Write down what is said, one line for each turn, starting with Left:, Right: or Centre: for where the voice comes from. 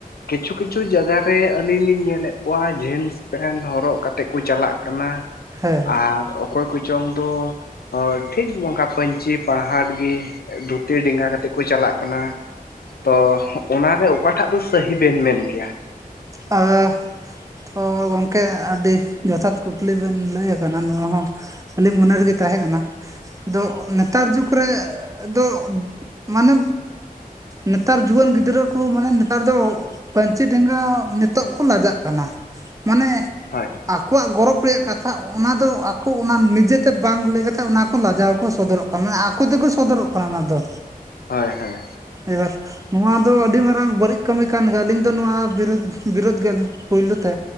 Left: ᱠᱤᱪᱷᱩ ᱠᱤᱪᱷᱩ ᱡᱟᱭᱜᱟ ᱨᱮ ᱟᱹᱞᱤᱧ ᱞᱤᱧ ᱧᱮᱞᱮᱫ ᱠᱚᱣᱟ ᱡᱤᱱᱥ ᱯᱮᱱᱴ ᱦᱚᱨᱚᱜ ᱠᱟᱛᱮᱫ ᱠᱚ ᱪᱟᱞᱟᱜ ᱠᱟᱱᱟ
Right: ᱦᱮᱸ
Left: ᱟᱨ <unintelligible> ᱚᱠᱚᱭ ᱠᱚᱪᱚᱝ ᱫᱚ ᱴᱷᱤᱠ ᱚᱱᱠᱟ ᱯᱟᱹᱧᱪᱤ ᱯᱟᱲᱦᱟᱰ ᱜᱮ ᱫᱷᱩᱛᱤ ᱰᱮᱸᱜᱟ ᱠᱟᱛᱮᱜ ᱠᱚ ᱪᱟᱞᱟᱜ ᱠᱟᱱᱟ ᱛᱚ ᱚᱱᱟᱨᱮ ᱚᱠᱟᱴᱟᱜ ᱫᱚ ᱥᱟᱹᱦᱤ ᱵᱮᱱ ᱢᱮᱱ ᱠᱮᱭᱟ
Right: <unintelligible> <inaudible> ᱛᱚ ᱜᱚᱢᱠᱮ ᱟᱹᱰᱤ ᱡᱚᱛᱷᱟᱛ ᱠᱩᱠᱞᱤ ᱵᱮᱱ ᱞᱟᱹᱭ ᱠᱟᱱᱟ ᱱᱚᱣᱟ ᱦᱚᱸ ᱠᱷᱟᱹᱞᱤ ᱢᱚᱱᱮ ᱨᱮ ᱜᱮ ᱛᱟᱦᱮᱸ ᱠᱟᱱᱟ ᱫᱚ ᱱᱮᱛᱟᱨ ᱡᱩᱜᱽ ᱨᱮ ᱫᱚ ᱢᱟᱱᱮ ᱱᱮᱛᱟᱨ ᱡᱩᱣᱟᱹᱱ ᱜᱤᱫᱽᱨᱟᱹ ᱠᱚ ᱢᱟᱱᱮ ᱱᱮᱛᱟᱨ ᱫᱚ ᱯᱟᱹᱧᱪᱤ ᱰᱮᱸᱜᱟ ᱱᱤᱛᱚᱜ ᱠᱚ ᱞᱟᱡᱟᱜ ᱠᱟᱱᱟ ᱢᱟᱱᱮ
Left: ᱦᱳᱭ
Right: ᱟᱠᱚᱣᱟᱜ ᱜᱚᱨᱚᱵ ᱨᱮᱭᱟᱜ ᱠᱟᱛᱷᱟ ᱚᱱᱟ ᱫᱚ ᱟᱠᱚ ᱚᱱᱟ ᱱᱤᱡᱮ ᱛᱮ ᱵᱟᱝ ᱞᱟᱹᱭ ᱠᱟᱛᱮᱫ ᱚᱱᱟ ᱠᱚ ᱞᱟᱡᱟᱣ ᱠᱚ ᱥᱚᱫᱚᱨᱚᱜ ᱠᱟᱱᱟ ᱢᱟᱱᱮ ᱟᱠᱚ ᱛᱮᱠᱚ ᱥᱚᱫᱚᱨᱚᱜ ᱠᱟᱱᱟ ᱚᱱᱟ ᱫᱚ
Left: ᱦᱳᱭ ᱦᱳᱭ
Right: ᱮᱵᱟᱨ ᱱᱚᱣᱟ ᱫᱚ ᱟᱹᱰᱤ ᱢᱟᱨᱟᱝ ᱵᱟᱹᱲᱤᱡ ᱠᱟᱹᱢᱤ ᱠᱟᱱ ᱜᱮᱭᱟ ᱟᱹᱞᱤᱧ ᱫᱚ ᱱᱚᱣᱟ ᱵᱤᱨᱩᱫᱽ ᱵᱤᱨᱳᱫ ᱜᱮᱭᱟᱞᱤᱧ ᱯᱩᱭᱞᱩ ᱛᱮ